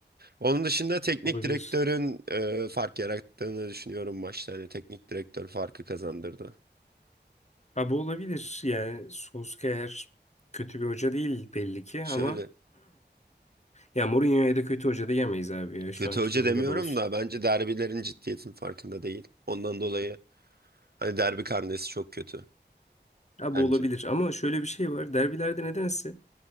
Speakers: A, on the right; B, on the left.
A: Onun dışında teknik
B: Olabilir.
A: direktörün e, fark yarattığını düşünüyorum maçta. Hani teknik direktör farkı kazandırdı.
B: Abi olabilir. Yani Solskjaer kötü bir hoca değil belli ki
A: Şöyle
B: ama ya Mourinho'ya da kötü hoca diyemeyiz abi ya
A: kötü
B: şu anki
A: hoca
B: durumda
A: demiyorum
B: da olsun.
A: da bence derbilerin ciddiyetin farkında değil. Ondan dolayı hani derbi karnesi çok kötü
B: Abi
A: bence.
B: olabilir ama şöyle bir şey var. Derbilerde nedense